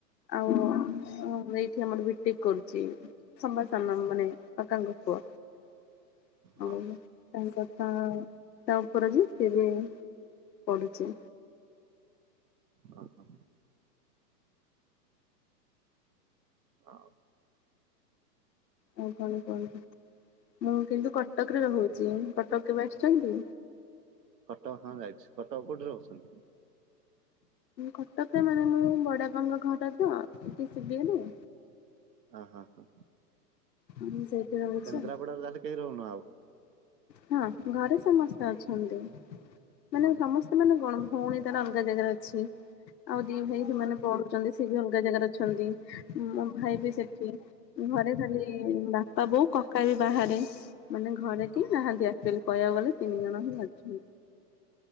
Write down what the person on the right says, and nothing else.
ହୁଁ।
ହଁ
ହ ହ, ଆଉ।
କଟକ, ହଁ ଯାଇଛି, କଟକ କୋଉଠି ରହୁଛନ୍ତି?
ଅ ହ ହ,
କେନ୍ଦ୍ରାପଡାରେ ତାହଲେ କେହି ରହୁନ ଆଉ?
ଓହୋ
ଓହୋ
ଓହୋ